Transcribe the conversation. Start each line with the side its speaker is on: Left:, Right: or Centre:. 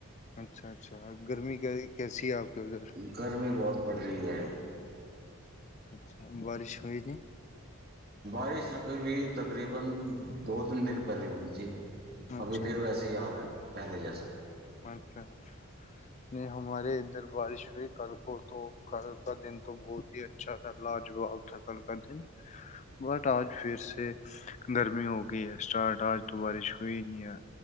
Left: اچھا اچھا گرمی کیسی ہے آپ کے ادھر
Right: گھر میں بہت پڑ رہی ہے
Left: <inaudible> بارش ہو نہیں
Right: بارش تقریبا دو تین دن پہلے ہوئی تھی ابھی
Left: اچھا
Right: پھر ویسے ہی حال ہے پہلے جیسا
Left: اچھا اچھا نہیں ہمارے ادھر بارش ہوئی کل کو تو کل کا دن تو بہت ہی اچھا تھا لاجواب تھا کل کا دن بٹ آج پھر سے گرمی ہو گئی ہے اسٹارٹ آج تو بارش ہوئی نہیں ہے